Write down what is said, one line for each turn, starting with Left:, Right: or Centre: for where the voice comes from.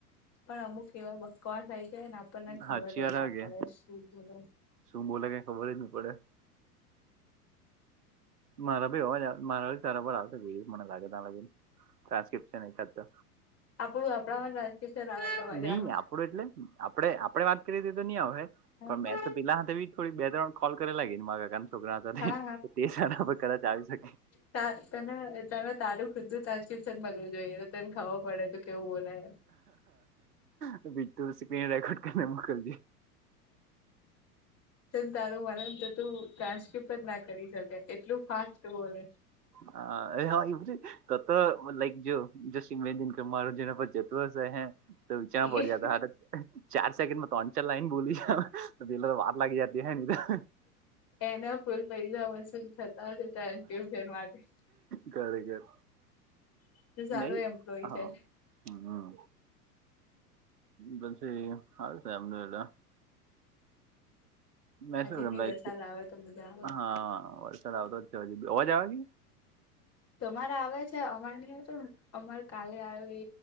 Left: પણ અમુક એવા બકવાસ આઈ જાય ને આપણને ખબર
Right: હાચી વાર
Left: જ ના
Right: આવે કે
Left: પડે શું બોલે
Right: શું બોલે કઈ ખબર જ નહી પડે મારા ભી હોવા મારા તારા પરર આવ તો ગય મને લાગે ત ન ટ્રાન્સક્રિપ્શન એખાદ તો
Left: આપડું આપણામાં રાજ <unintelligible>
Right: નહી આપડું એટલે આપડે આપડે વાત કરીએ હતી તે તો નહીં આવે
Left: આવે
Right: પણ મે તો પિલા હાથે ભી કોઈ બે ત્રણ કોલ કરેલા કી મારા <unintelligible> <unintelligible>
Left: હા
Right: તે શાળા પર કદાચ આવી શકે
Left: ત તને તને તારું ખુદું તરકીફ છેને મળવું જોઈએ તો તને ખબર પડે તો કેવું બોલાય
Right: હ બીજુ સ્ક્રીન રેકોર્ડ કરીને મોકલજે
Left: તન તારું માડે તો તુ જ ના કરી શકાય એટલું ફાસ્ટ બોલે
Right: હા હા એી ત લાઈક જો જ મેન મારું જે પછ તો હે તો વિચારણા પડી
Left: એ
Right: જતા હા ચાર સેકન્ડ માં ત્રણ ચાર લાઈન બોલી <unintelligible> વાટ લાગી જતી હ ને
Left: એના ફૂલ પૈસા વસૂલ થતા ટ્યુશન માટે
Right: તારે ઘેર
Left: તો સારો
Right: નહી
Left: એમ્પ્લોય
Right: હા
Left: છે
Right: હમ્મ પછી હ છે એમને <unintelligible> મે
Left: આજે
Right: સેને
Left: બી
Right: મેયકે.
Left: વરસાદ આવે તો મજા આવે
Right: હા વલસાદ આવતો જ છે હજી. અવાજ આવે કે?
Left: તમારે આવે છે, અમાર ની આવતો અમાર કાલે આવ એ